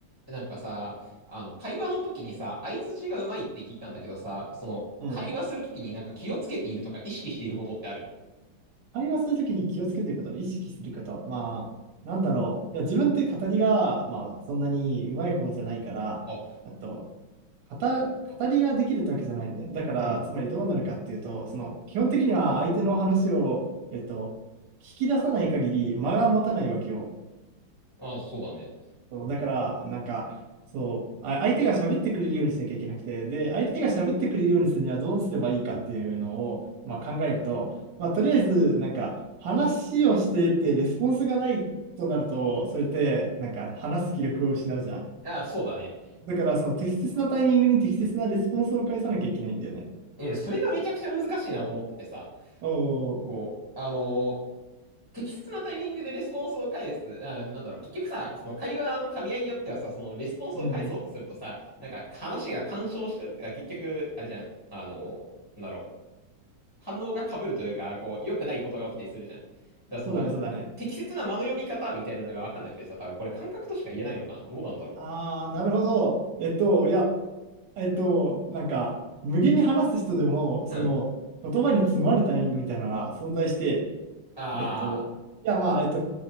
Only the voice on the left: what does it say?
なんかさ、あの、会話の時にさ、相槌がうまいって聞いたんだけどさ、その、
会話する時になんか気をつけているとか意識していることってある
あ、
うん。
あ、そうだね。
あ、そうだね。
え、それがめちゃくちゃ難しいなと思っててさ、
こう、あの、適切なタイミングでレスポンスを返す。あ、なんだろう、結局さ、その会話の噛み合いによってはさ、そのレスポンスを返そうとするとさ、
なんか話が干渉してる。あ結局、あれじゃん。あの、なんだろう。反応が被るというか、こう、良くないことが起きたりするじゃん。だからその、
適切な間の読み方みたいなのが分かんなくてさ、多分これ感覚としか言えないのかなどうなんだろ
う。うん。
ああ。